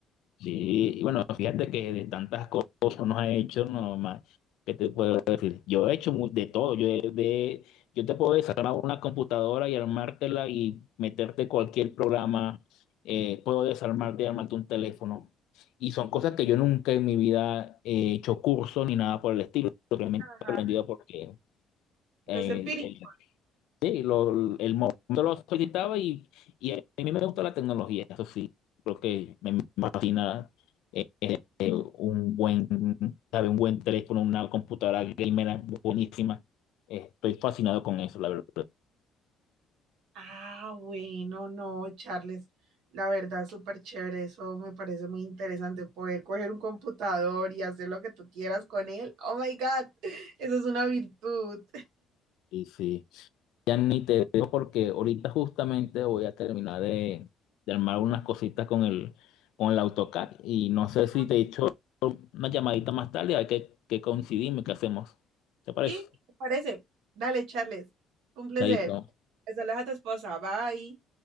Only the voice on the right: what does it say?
Ajá.
Los empíricos.
Ah, bueno, no, Charles. La verdad, súper chévere. Eso me parece muy interesante. Poder coger un computador y hacer lo que tú quieras con él. Oh my God. <laughs> Eso es una virtud.
<laughs>
¿Sí? ¿Te parece? Dale, Charles. Un placer.
Saludos a tu esposa. Bye.